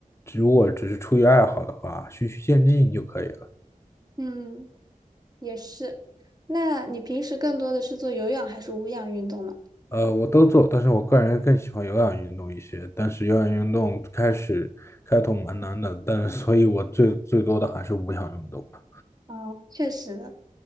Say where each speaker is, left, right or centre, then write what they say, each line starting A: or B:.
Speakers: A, on the left; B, on the right.
A: 如果只是出于爱好的话，循序渐进就可以了。
B: 嗯，也是。那你平时更多的是做有氧还是无氧运动呢？
A: 呃，我都做，但是我个人更喜欢有氧运动一些。但是有氧运动开始开头蛮难的，但是所以我最最多的还是无氧运动吧。
B: 啊，确实的，